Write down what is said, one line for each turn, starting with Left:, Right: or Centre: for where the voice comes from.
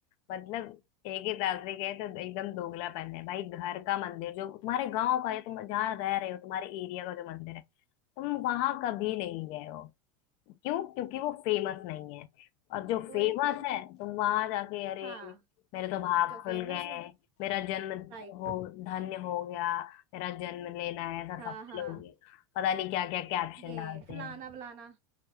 Left: मतलब एक ही सास में गए तो एकदम दोगलापन है भाई घर का मंदिर जो तुम्हारे गांव का है तुम जहाँ रह रहे हो तुम्हारे एरिया का जो मंदिर है तुम वहां कभी नहीं गए हो क्यों क्योंकि वो फेमस नहीं है और जो
Right: वही
Left: फेमस
Right: तो
Left: है तुम वहां जाके अरे
Right: हाँ
Left: मेरे तो भाग
Right: जो
Left: खुल
Right: फेमस
Left: गए
Right: है
Left: मेरा जन्म
Right: राइट
Left: वो धन्य हो गया मेरा जन्म लेना है ऐसा
Right: हाँ
Left: सफल
Right: हाँ
Left: हो गया पता नहीं क्या क्या कैप्शन
Right: ये
Left: डालते
Right: फलाना
Left: हैं
Right: वलाना